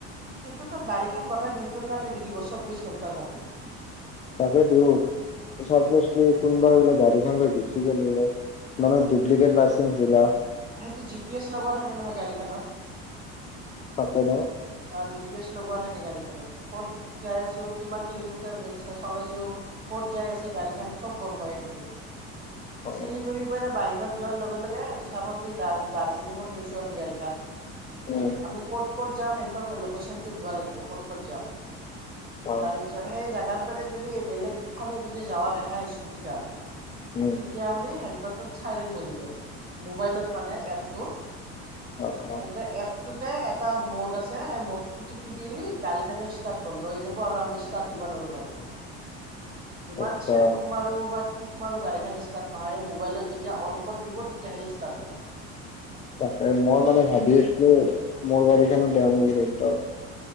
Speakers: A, on the right; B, on the left.
A: ত গাড়ীখন গোটেই দিনটোৰ কাৰণে দি দিব চৌ্ববিশ ঘণ্টাৰ কাৰণে
B: তাকেইতো চবিচ মিনিট কোনোবাই বোলে গাড়ীখন লৈ গুচি গ' বোলে মানে ডুপ্লিকেট লাইচেঞ্চ দিলা
A: সেইটো জি পি এছ লগোৱা থাকে নহয় গাড়ীখনত
B: থাকে ন
A: জি পি এছ লগোৱা থাকে গাড়ীখনত ক'ত যাই আছো কিমান কিলোমিটাৰ চলাইছো ক'ত যাই আছে গাড়ীখন চব গম পাই তাতে
B: অ
A: চিলিগুৰি পাৰে বাহিৰত যোৱাৰ লগে লগে চাবি দাৰ্জিলিঙত লৈছো আমি গাড়ীখন
B: উম
A: আমি ক'ত ক'ত যামেই লোকেশ্যনটো দিবা লাগিব ক'ত ক'ত যাম
B: অ
A: তাৰ পিছত সেই জাগাৰ যদি বেলেগ ফালে যদি যাৱা দেখা স্কুটি খান
B: উম
A: তেতিয়া হ'লে সেহতত চাইৰেন বাযিব মোবাইলত মানে এপটো
B: অ অ
A: এন্ত এপটোত এটা মদ আছে। মদটো টিপি দিলি গাড়ীখও ষ্টাৰ্ট বন্ধ হৈ যাব আৰু আমি ষ্টাৰ্ট দিব নোৱাৰো গাড়ীখন যিমান
B: আচ্ছা
A: চেল্ফ মাৰো বা কি তোমাৰো গাড়ীখন ষ্টাৰ্ট নহয় মোবাইলত যেতিয়া অন কৰি দিব তেতিয়াহে ষ্টাৰ্ট হ'ব।
B: তাকে মই মানে ভাবি আছিলো মোৰ গাড়ীখনো দেওঁ নেকি ৰেনতত